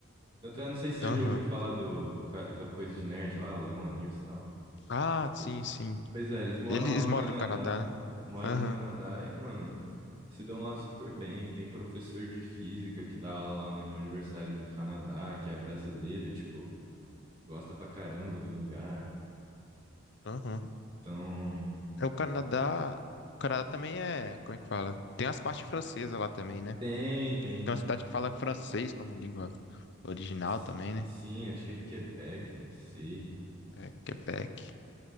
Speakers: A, on the right; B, on the left.
A: Tanto é, não sei se você
B: Aham.
A: já ouviu falar do, ca- da coisa de nerd lá, o Leon News e tal.
B: Ah,
A: E-
B: sim, sim.
A: pois é, eles moram
B: Eles
A: lá no
B: moram
A: Canadá,
B: no Canadá, né?
A: moram
B: Aham.
A: no Canadá e, mano, se dão lá super bem. Tem professor de física que dá aula lá na Universidade do Canadá, que é brasileiro, e, tipo, gosta pra caramba do lugar.
B: Aham.
A: Então,
B: É o Canadá. O Canadá também é. Como é que fala? Tem as partes francesas lá também, né?
A: tem, tem.
B: Tem uma cidade que fala francês como língua original
A: S-
B: também, né?
A: Sim, acho que é Quebec, não sei.
B: É Quebec.